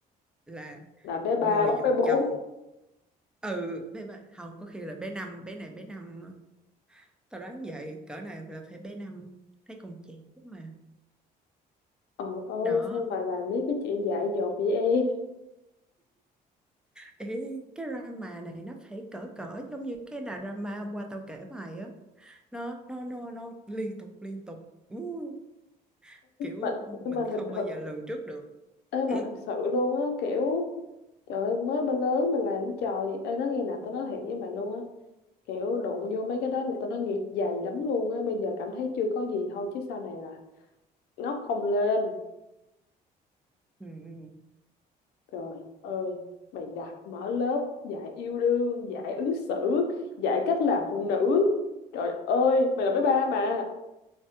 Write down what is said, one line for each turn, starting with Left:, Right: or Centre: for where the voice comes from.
Centre: là
Left: là bé ba
Centre: người
Left: bóc
Centre: giật
Left: bé bốn
Centre: chồng ừ bé ba không có khi là bé năm bé này bé năm tao đoán vậy cỡ này là phải bé năm thấy còn trẻ mà
Left: trời ơi
Centre: đó
Left: sao mà làm mấy cái chuyện dại dột vậy em
Centre: Ê, cái drama này nó phải cỡ cỡ giống như cái drama hôm qua tao kể mày á nó nó nó nó liên tục liên tục Ú, kiểu
Left: mà
Centre: mình
Left: nhưng mà
Centre: không
Left: thật
Centre: bao
Left: thật
Centre: giờ lường trước được
Left: ê mà
Centre: <clears throat>
Left: thật sự luôn á kiểu trời ơi mới ba lớn mà làm cái trò gì ê nói nghe nè tao nói thiệt với mày luôn á kiểu đụng vô mấy cái đó là tao nói nghiệp dày lắm luôn á bây giờ cảm thấy chưa có gì thôi chứ sau này là ngóc không lên
Centre: ừ, ừ.
Left: trời ơi mày đặt mở lớp dạy yêu đương dạy ứng xử dạy cách làm phụ nữ trời ơi mày là bé ba mà